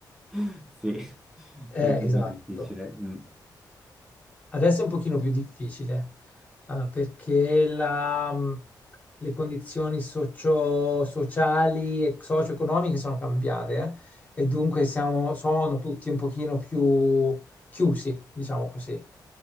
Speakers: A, in the centre; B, on the left.
A: <laughs> sì,
B: Eh,
A: senti
B: esatto.
A: che è difficile. Mm.
B: Adesso è un pochino più difficile, eh, perché la, mm, le condizioni socio- sociali e socio-economiche sono cambiate, eh, e dunque siamo, sono tutti un pochino più chiusi, diciamo così.